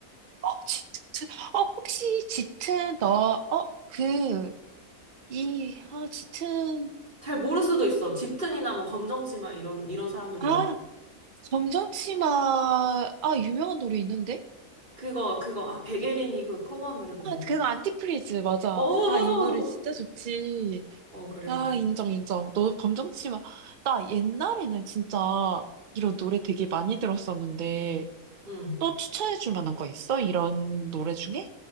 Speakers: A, on the right; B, on the right.
A: 어, 짙은, 어, 혹시 짙은 너, 어, 그, 이, 아, 짙은,
B: 잘 모를 수도 있어. 짙은이나 뭐 검정치마 이런 이런 사람들 노래.
A: 아, 검정치마, 아, 유명한 노래 있는데?
B: 그거 그거 아 백예린이 그 커버한 노래 그거 뭐?
A: 아, 그거 안티프리즈, 맞아.
B: 어 맞아
A: 아, 이
B: 맞아
A: 노래
B: 맞아.
A: 진짜 좋지.
B: 어 그래
A: 아,
B: 그래.
A: 인정, 인정. 너 검정치마. 나 옛날에는 진짜 이런 노래 되게 많이 들었었는데,
B: 응.
A: 또 추천해줄 만한 거 있어? 이런 노래 중에?